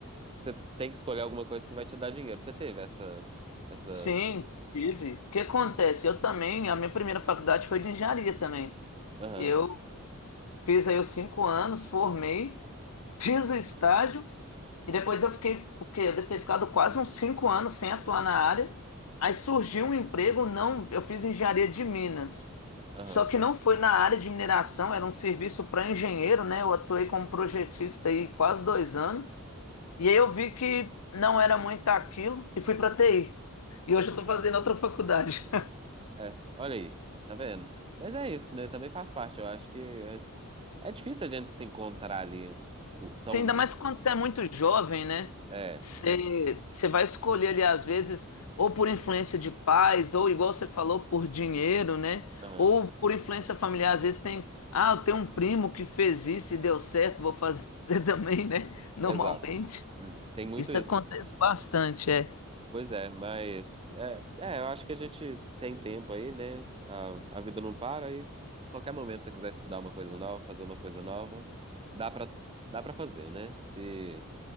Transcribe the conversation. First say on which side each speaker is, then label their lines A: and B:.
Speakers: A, on the right; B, on the left.
A: você tem que escolher alguma coisa que vai te dar dinheiro. Você teve essa, essa,
B: Sim, tive. O que acontece? Eu também, a minha primeira faculdade foi de engenharia também.
A: aham,
B: Eu fiz aí os cinco anos, formei, <laughs> fiz o estágio E depois eu fiquei, o quê? Eu devo ter ficado quase uns cinco anos sem atuar na área. Aí surgiu um emprego, não, eu fiz engenharia de Minas.
A: aham,
B: Só que não foi na área de mineração, era um serviço para engenheiro, né? Eu atuei como projetista aí quase dois anos. E aí eu vi que não era muito aquilo e fui para TI. E hoje eu estou fazendo outra faculdade.
A: é, olha aí, tá vendo? Mas é isso, né? Também faz parte, eu acho que é, é difícil a gente se encontrar ali co-
B: Sim,
A: tão
B: ainda
A: novo.
B: mais quando
A: né?
B: você é muito jovem, né?
A: É,
B: Você, você vai escolher ali, às vezes, ou por influência de pais, ou igual você falou, por dinheiro, né?
A: aham.
B: Ou por influência familiar, às vezes tem, ah, eu tenho um primo que fez isso e deu certo, vou fazer <laughs> também, né? Normalmente.
A: Exato. Hum, Tem muito
B: Isso
A: isso.
B: acontece bastante, é.
A: Pois é, mas é, é, eu acho que a gente tem tempo aí, né? A, a vida não para e qualquer momento que você quiser estudar uma coisa nova, fazer uma coisa nova, dá pra, dá pra fazer, né? Se,